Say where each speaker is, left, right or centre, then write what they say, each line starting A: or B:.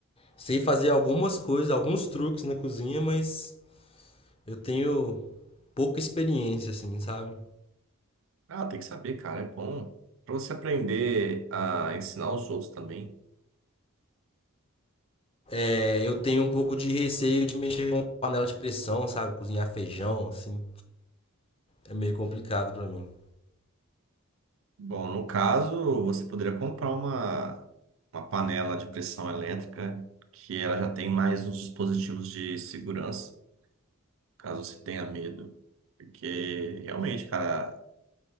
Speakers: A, on the left; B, on the right.
A: sei fazer algumas coisas, alguns truques na cozinha, mas eu tenho pouca experiência, assim, sabe?
B: Ah, tem que saber, cara, é bom para você aprender a ensinar os outros também.
A: É, eu tenho um pouco de receio de mexer com panela de pressão, sabe? Cozinhar feijão, assim. É meio complicado pra mim.
B: Bom, no caso, você poderia comprar uma, uma panela de pressão elétrica que ela já tem mais uns dispositivos de segurança, caso você tenha medo. Porque realmente, cara,